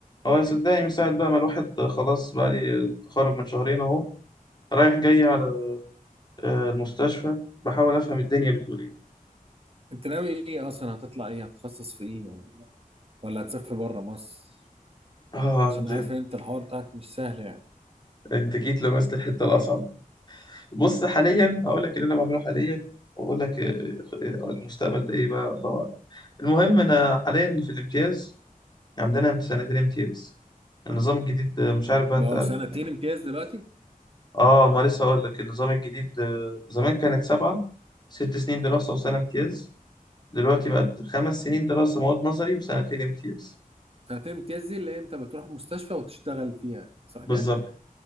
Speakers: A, on the left; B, on the right.
A: هو صدقني مش ساعد بقى ما الواحد خلاص بقى لي تخرج من شهرين اهو رايح جاي على آه، المستشفى بحاول افهم الدنيا بتقول ايه
B: انت ناوي ايه اصلا هتطلع ايه هتتخصص في ايه ولا ولا هتسافر بره مصر
A: اه
B: عشان
A: انت
B: عارف ان انت الحوار بتاعك مش سهل يعني
A: <laughs> انت جيت لمست الحته الاصعب بص حاليا هقول لك اللي انا بعمله حاليا واقول لك آه، آه، المستقبل ده ايه بقى الله اعلم المهم انا حاليا في الامتياز عندنا امت- سنتين امتياز النظام الجديد آه، مش عارف بقى
B: بقوا
A: انت عارف
B: سنتين امتياز دلوقتي
A: اه ما لسه هقول لك النظام الجديد آه، زمان كانت سبعة ست سنين دراسة وسنة امتياز دلوقتي بقت خمس سنين دراسة مواد نظري وسنتين امتياز
B: سنتين امتياز دي اللي انت بتروح مستشفى وتشتغل فيها صح
A: بالظبط
B: كده